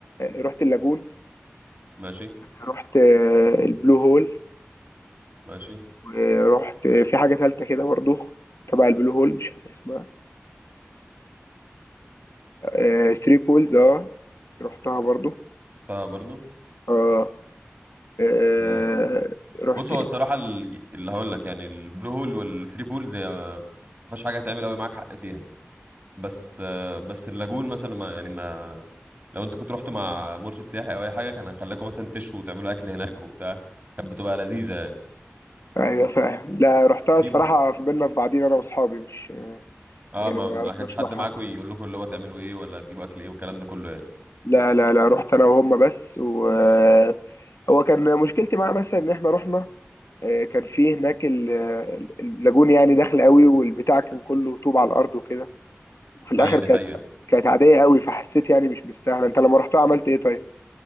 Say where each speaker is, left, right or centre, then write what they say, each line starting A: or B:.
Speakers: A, on the left; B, on the right.
A: رحت اللاجون
B: ماشي
A: ورحت البلو هول
B: ماشي
A: ورحت في حاجة تالتة كده برضو تبع البلو هول مش فاكر اسمها آه ثري بولز اه رحتها برضو
B: طب برضو
A: اه آه،
B: امم
A: رحت
B: بص هو
A: إيه؟
B: الصراحه ال- اللي هقول لك يعني البلو هول والثري بولز هي ما فيهاش حاجه تعمل قوي معاك حق فيها بس آه، بس اللاجون مثلا ما يعني ما لو انت كنت رحت مع مرشد سياحي او اي حاجه كان هيخليكم مثلا تشوا وتعملوا اكل هناك وبتاع كانت بتبقى لذيذه يعني
A: ايوه فاهم لا رحتها
B: وفي
A: الصراحة في بينا في بعضين انا واصحابي مش
B: اه
A: يعني
B: ما
A: ما
B: ما
A: رحناش
B: كانش حد
A: مع حد
B: معاكم يقول لكم اللي هو تعملوا ايه ولا تجيبوا اكل ايه والكلام ده كله يعني
A: لا لا لا رحت انا وهم بس و آه، هو كان مشكلتي معاه مثلا ان احنا رحنا آه، كان في هناك ال- ال- اللاجون يعني داخل قوي والبتاع كان كله طوب على الارض وكده وفي الاخر
B: ايوه دي
A: كانت
B: حقيقه
A: كانت عاديه قوي فحسيت يعني مش مستاهله انت لما رحتها عملت ايه طيب